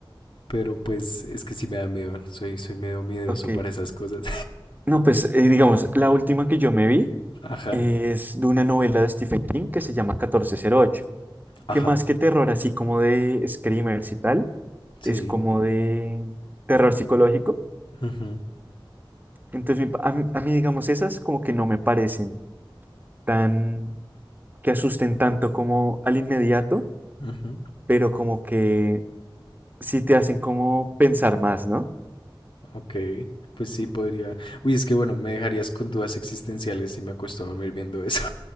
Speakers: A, on the left; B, on the right.
A: pero pues es que sí me da miedo, soy, soy medio miedoso
B: Ok.
A: para esas cosas.
B: No, pues eh, digamos, la última que yo me vi
A: <laughs> Ajá,
B: es de una novela de Stephen King que se llama catorce cero ocho
A: ajá,
B: que más que terror, así como de screamers y tal,
A: sí.
B: es como de terror psicológico
A: ujú,
B: Entonces, mi pa- a mí, a mí, digamos, esas como que no me parecen tan, que asusten tanto como al inmediato,
A: ujú.
B: pero como que sí te hacen como pensar más, ¿no?
A: Ok, pues sí, podría. Uy, es que bueno, me dejarías con dudas existenciales si me acuesto a dormir viendo eso.